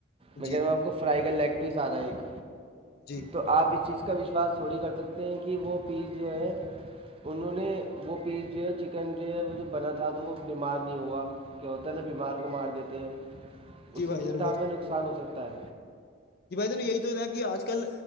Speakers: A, on the right; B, on the left.
A: میں
B: جی
A: کہہ رہا ہوں آپ کو فرائی کا لیگ پیس آ رہا ہے ایک
B: جی
A: تو آپ اس چیز کا وشواس تھوڑی کر سکتے ہیں کہ وہ پیس جو ہے انہوں نے وہ پیس جو ہے چکن جو ہے وہ جوب بنا تھا تو وہ بیمار نہیں ہوا کیا ہوتا ہے نا بیمار کو مار دیتے ہیں اس
B: جی بھائی
A: سے کتنا
B: جان
A: ہمیں نقصان ہو سکتا ہے
B: ج بھائی جن یہی تو تھا کہ آج کل